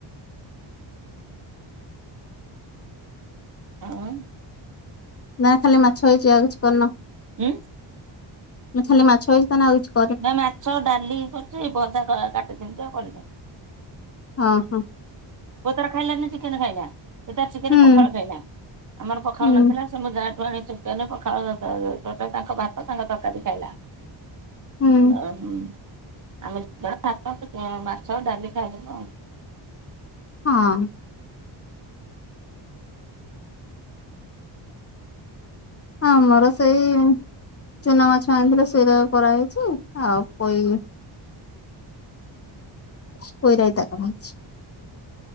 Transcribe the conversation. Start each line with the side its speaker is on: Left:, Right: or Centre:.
Right: ହଁ।
Left: ନା ଖାଲି ମାଛ ହେଇଛି ଆଉ କିଛି କରିନ?
Right: ହୁଁ।
Left: ଖାଲି ମାଛ ହେଇଛି ତ ନା ଆଉକିଛି
Right: ନା ମାଛ ଡାଲି ଭଜା ଭଜା କାଟିଦେଇଛି ଆଉ କଲିନି।
Left: ହଁ ହଁ।
Right: ପୁଅ ତାର ଖାଇଲାନି ଚିକେନ ଖାଇଲା ସେ ତାର ଚିକେନ
Left: ହୁଁ
Right: ପଖାଳ ଖାଇଲା ଆମର ପଖାଳ
Left: ହୁଁ
Right: ନଥିଲା ଯା ଠୁ ଆଣିନ ପଖାଳଟା ତାଙ୍କ ଭାତ ତାଙ୍କ ତରକାରୀ ଖାଇଲା।
Left: ହୁଁ
Right: ଓ ହ ଆମେ ଭାତ ମାଛ ଡାଲି ଖାଇଦବୁ ଆଉ
Left: ହଁ। ହଁ ଆମର ସେଇ ଚୁନା ମାଛ ଆଣିଥିଲେ ସେଇରା କରାହେଇଛି ଆଉ ପୋଇ ପୋଇରାଇତା ହେରିକା କରିଛି।